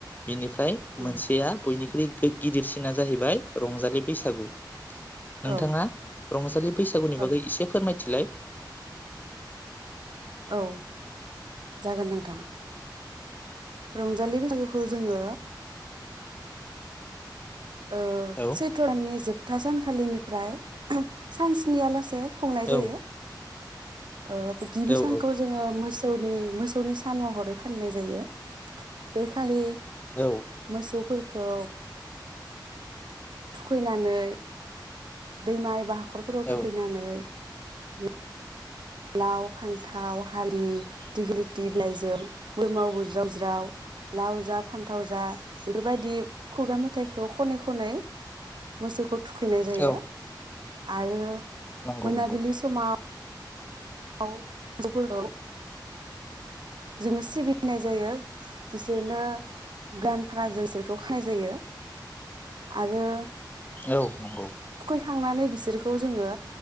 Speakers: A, on the left; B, on the right.
A: बेनिफ्राय
B: उम
A: मोनसेया बयनि बयनिख्रि गिदिरसिना जाहैबाय रंजालि बैसागु नोंथाङा
B: औ
A: रंजालि बैसागुनि
B: औ
A: बागै एसे फोरमाय थिलाय
B: औ जागोन नोंथां रंजालि बैसागोखौ जोङो ओ
A: औ
B: सैथ्र' दाननि जोब था सानखालिनिफ्राय सान सनिया लासे खुंनाय
A: औ
B: जायो ओ गिबि
A: औ
B: सानखौ जोङो मोस सौनि मोसौनि सान महरै फालिनाय जायो बेखालि
A: औ
B: मोसौ फोरखौ थुखैनानै दैमा बा हाखरफोराव
A: औ
B: थुखैनानै ओ लाव फान्थाव हालि दिग्रिलिथि बिलाइजों बोरमाव बुज्रावज्राव लाव जा फान्थाव जा बेफोरबायदि खुगा मेथाइखौ खनै खनै मोसौखौ थुखैनाय जायो
A: औ
B: आरो
A: नंगौ
B: मोनाबिलि
A: नंगौ
B: समाव आव मोसै फोरखौ जोङो सिबिनाय जायो बिसोरनो गान फाना जों बिसोरखौ खानाय जायो आरो
A: औ नंगौ
B: खांनानै बिसोरखौ जोङो